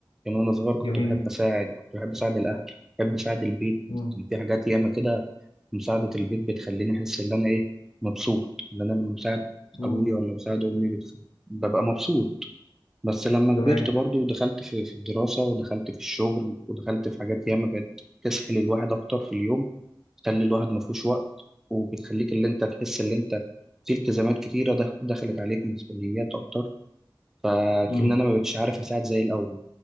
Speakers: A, in the centre; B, on the left.
A: يعني وأنا صغير كنت
B: جميل
A: بحب أساعد كنت بحب أساعد الأهل بحب أساعد البيت
B: مم.
A: كان في حاجات ياما كده مساعدة البيت بتخليني أحس إن أنا إيه مبسوط إن أنا لما بساعد
B: مم.
A: أبويا ولا بساعد أمي بتخ... ببقى مبسوط بس لما كبرت
B: تمام
A: برضو ودخلت في في الدراسة ودخلت في الشغل ودخلت في حاجات ياما بقت تسحل الواحد أكتر في اليوم تخلي الواحد مفهوش وقت وبتخليك اللي أنت تحس اللي أنت في التزامات كتيرة دخ- دخلت عليك مسؤوليات أكتر فكأن
B: مم.
A: أنا ما بقتش عارف أساعد زي الأول